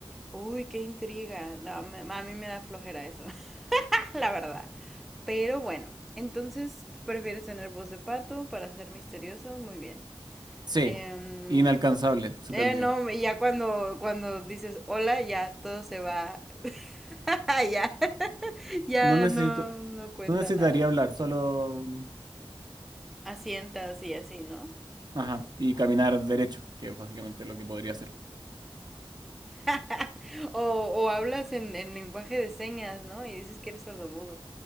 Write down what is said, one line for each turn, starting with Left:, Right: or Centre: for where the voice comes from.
Centre: uy, qué intriga. No, me- a mí me da flojera eso, <laughs> la verdad. Pero bueno, entonces, ¿tú prefieres tener voz de pato para ser misterioso? Muy bien.
Right: Sí,
Centre: Em,
Right: inalcanzable, se
Centre: eh,
Right: te olvidó.
Centre: no, y ya cuando, cuando dices hola, ya todo se va. <laughs> Ya, ya
Right: No necesito,
Centre: no, no cuenta
Right: no necesitaría
Centre: nada.
Right: hablar, solo.
Centre: Asientas y así, ¿no?
Right: Ajá, y caminar derecho, que es básicamente lo que podría hacer.
Centre: <laughs> O, o hablas en, en lenguaje de señas, ¿no? Y dices que eres sordomudo.